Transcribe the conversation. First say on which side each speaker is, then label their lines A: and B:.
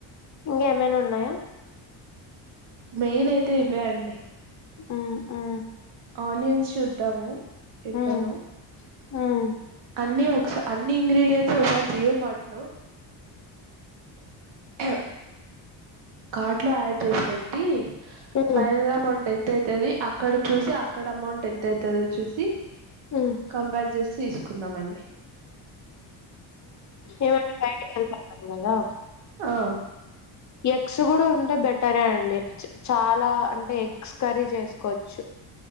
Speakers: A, on the left (about 40°); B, on the right (about 80°).
A: ఇంకా ఏమైనా ఉన్నాయా
B: మెయిన్ అయితే ఇవే అండి
A: ఆ ఆ
B: ఆనియన్స్ చూదాం ఎట్లనో
A: ఉమ్ ఉమ్
B: అన్ని ఒకస అన్ని ఇంగ్రీడియంంట్స్ ఒకసారి జియో మార్ట్ లో ఆ కార్ట్ లో యాడ్ చేసి పెట్టి
A: ఉమ్
B: ఫైనల్ అమౌంట్ ఎంతైం తది అక్కడ చూసి అక్కడ అమౌంట్ ఎంతైతదో చూసి
A: ఉమ్
B: కంపేర్ చేసి తీస్కునమ్మండి
A: ఏవండీ బైటకి వెళ్తానానరకదా
B: ఆ
A: ఎగ్స్ కూడా ఉంటే బెటరే అండి చాలా అంటే ఎగ్స్ కర్రీ చేసుకోవచ్చు